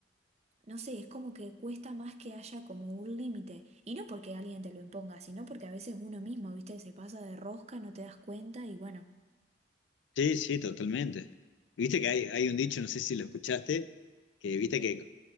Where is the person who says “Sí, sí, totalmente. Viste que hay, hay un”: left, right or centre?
Left